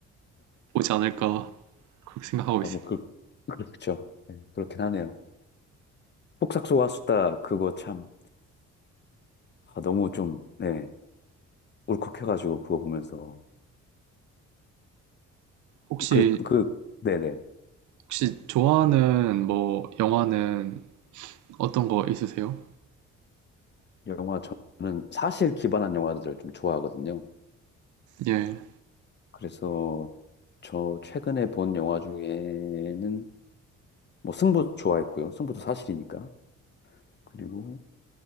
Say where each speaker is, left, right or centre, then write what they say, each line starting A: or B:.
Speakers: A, on the right (about 75°); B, on the left (about 35°).
A: 보지 않을까 그렇게 생각하고
B: 아,
A: 있어요.
B: 뭐, 그, 그렇죠. 네, 그렇긴 하네요. 폭삭소와 수다, 그거 참, 아, 너무 좀, 네, 울컥해가지고 그거 보면서.
A: 혹시
B: 그, 그, 네네.
A: 혹시 좋아하는 뭐 영화는 어떤 거 있으세요?
B: 영화 저는 사실 기반한 영화들을 좀 좋아하거든요.
A: 예,
B: 그래서 저 최근에 본 영화 중에는 뭐 승부 좋아했고요. 승부도 사실이니까. 그리고